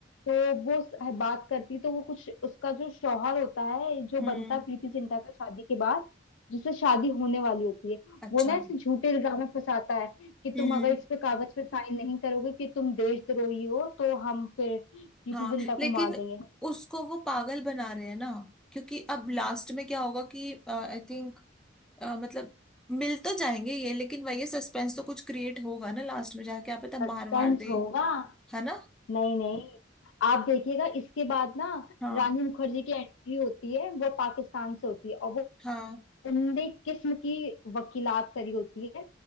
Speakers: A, on the left; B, in the centre.
A: तो वो स- बात करती तो वो कुछ उसका जो शौहर होता है जो
B: हम्म
A: बनता है प्रीति जिंटा का शादी के बाद जिससे शादी होने वाली होती है
B: अच्छा
A: वो ना इसे झूठे इल्जाम में फंसाता है कि
B: हम्म
A: तुम अगर इस पे कागज पे साइन नहीं करोगे कि तुम देशद्रोही हो तो हम फिर प्रीति
B: हाँ
A: जिंटा
B: लेकिन
A: को मार देंगे
B: उसको वो पागल बना रहे हैं ना क्योंकि अब लास्ट में क्या होगा कि आई थिंक मतलब मिल तो जाएंगे ये लेकिन वही सस्पेंस तो कुछ क्रिएट होगा ना लास्ट में जाके आप पता मार
A: सस्पेंस
B: वार दे
A: होगा
B: है ना
A: नहीं नहीं आप देखिएगा इसके बाद ना
B: हाँ
A: रानी मुखर्जी की एंट्री होती है वो पाकिस्तान से होती है और वो
B: हाँ
A: उम्दे किस्म की वकीलात करी होती है